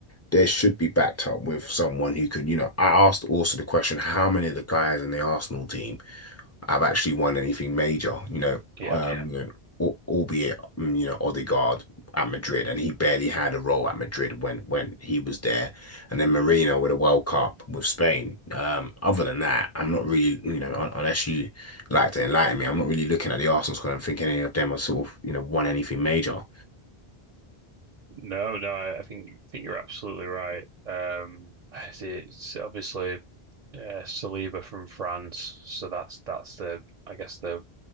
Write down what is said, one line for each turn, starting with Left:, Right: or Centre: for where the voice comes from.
Left: There should be backed up with someone who can, you know, I asked also the question, how many of the guys in the Arsenal team have actually won anything major? You know,
Right: Yeah,
Left: um, Yeah. um, you know, al- albeit mm, you know Odegaard at Madrid, and he barely had a role at Madrid when when he was there, and then Marino with a World Cup with Spain. Um, other than that, I'm not really, you know, un- unless you like to enlighten me, I'm not really looking at the Arsenal squad and thinking any of them have sort of, you know, won anything major.
Right: no, no, I, I think think you're absolutely right. Um, it's, it's obviously uh, Saliba from France, so that's that's the I guess the